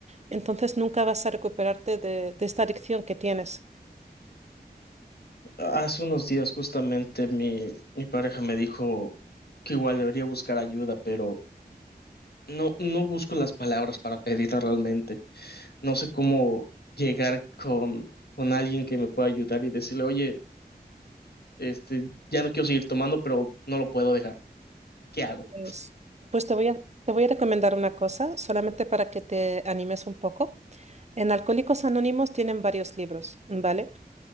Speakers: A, on the right; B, on the left.
A: entonces nunca vas a recuperarte de, de esta adicción que tienes.
B: Hace unos días justamente mi, mi pareja me dijo que igual debería buscar ayuda, pero no, no busco las palabras para pedirla realmente. No sé cómo llegar con, con alguien que me pueda ayudar y decirle, oye, este, ya no quiero seguir tomando, pero no lo puedo dejar. ¿Qué hago?
A: Pues, pues te voy a, te voy a recomendar una cosa, solamente para que te animes un poco. En Alcohólicos Anónimos tienen varios libros, ¿vale?